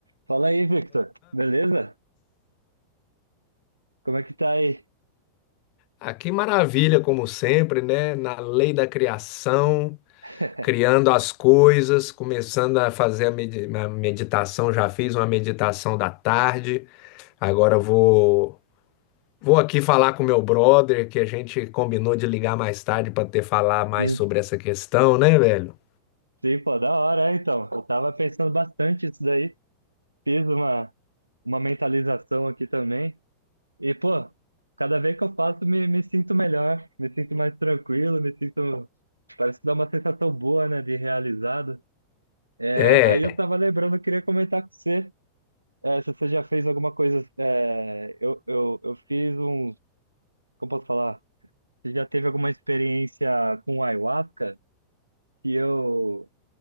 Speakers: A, on the right; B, on the left.
A: Fala aí, Victor. Beleza? Como é que tá aí?
B: Ah, que maravilha, como sempre, né? Na lei da criação,
A: <laughs>
B: criando as coisas, começando a fazer a medi- a meditação. Já fiz uma meditação da tarde. Agora eu vou, vou aqui falar com meu brother, que a gente combinou de ligar mais tarde para ter falar mais
A: Sim,
B: sobre essa questão, né, velho?
A: sim, pô, da hora, é, então. Eu tava pensando bastante isso daí. Fiz uma, uma mentalização aqui também. E, pô, cada vez que eu faço, me, me sinto melhor, me sinto mais tranquilo, me sinto. Parece que dá uma sensação boa, né, de realizado. É,
B: É,
A: aí eu tava lembrando, eu queria comentar com você, é, se você já fez alguma coisa. É, eu, eu, eu fiz um. Como posso falar? Você já teve alguma experiência com ayahuasca? que eu,